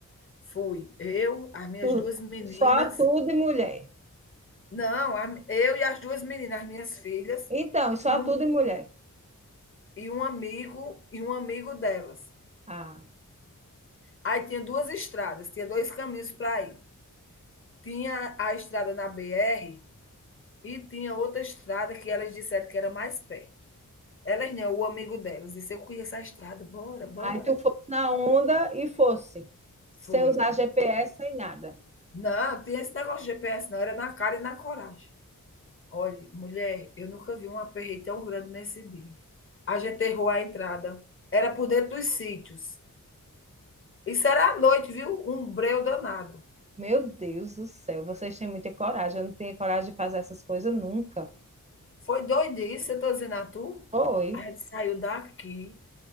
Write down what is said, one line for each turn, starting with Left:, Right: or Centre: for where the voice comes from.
Left: Fui. Eu, as minhas
Right: Tu-
Left: duas meninas.
Right: só tudo e mulher.
Left: Não, eu e as duas meninas, as minhas filhas,
Right: Então, só
Left: e um,
Right: tudo e mulher.
Left: e um amigo e um amigo delas.
Right: Ah,
Left: Aí tinha duas estradas, tinha dois caminhos para ir. Tinha a estrada na BR e tinha outra estrada que elas disseram que era mais perto. Elas não, o amigo delas disse: Eu conheço a estrada, bora, bora.
Right: aí tu fosse na onda e fosse,
Left: Fui.
Right: sem usar GPS, sem nada.
Left: Não, tem esse negócio de GPS não, era na cara e na coragem. Olhe, mulher, eu nunca vi um aperreio tão grande nesse dia. A gente errou a entrada, era por dentro dos sítios. Isso era à noite, viu? Um breu danado.
Right: Meu Deus do céu, vocês têm muita coragem. Eu não tinha coragem de fazer essas coisas nunca.
Left: Foi doidice, eu tô dizendo a tu.
Right: Oi.
Left: A gente saiu daqui